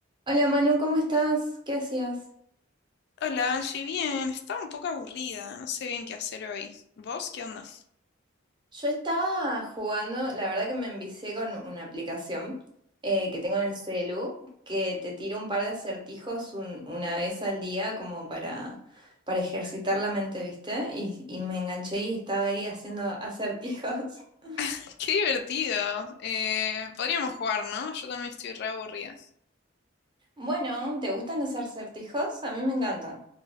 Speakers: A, on the right; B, on the left.
A: Hola Manu, ¿cómo estás? ¿Qué hacías?
B: Hola, Angie, bien, estaba un poco aburrida, no sé bien qué hacer hoy. ¿Vos qué onda?
A: Yo estaba jugando, la verdad que me envicié con una aplicación eh, que tengo en el celu, que te tira un par de acertijos un- una vez al día como para, para ejercitar la mente, ¿viste? Y, y me enganché y estaba ahí haciendo acertijos. <laughs>
B: <laughs> Qué divertido. Eh, podríamos jugar, ¿no? Yo también estoy re aburrida.
A: Bueno, ¿te gustan los acertijos? A mí me encantan.